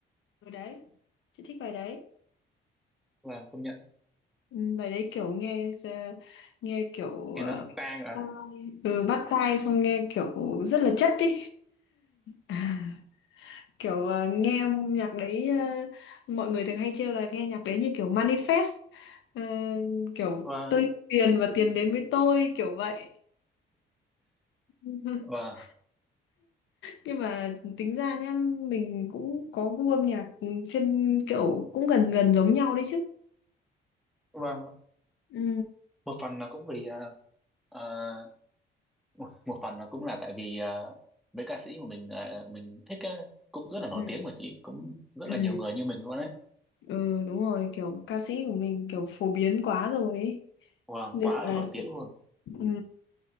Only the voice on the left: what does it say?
bài đấy chị thích bài đấy
Ừ, bài đấy kiểu nghe ờ, nghe kiểu
uh, bắt tai xong nghe kiểu rất là chất ý <laughs> kiểu ờ, nghe nhạc đấy ờ, mọi người thường hay trêu là nghe nhạc đấy như kiểu manifest Ờ, kiểu
tôi yêu tiền và tiền đến với tôi kiểu vậy <laughs>
nhưng mà tính ra nhá mình cũng có gu âm nhạc trên kiểu cũng gần gần giống nhau đấy chứ
ừ
ừ
ừ
ừ đúng rồi kiểu ca sĩ của mình kiểu phổ biến quá rồi ấy.
nên
là
sự-
ừ.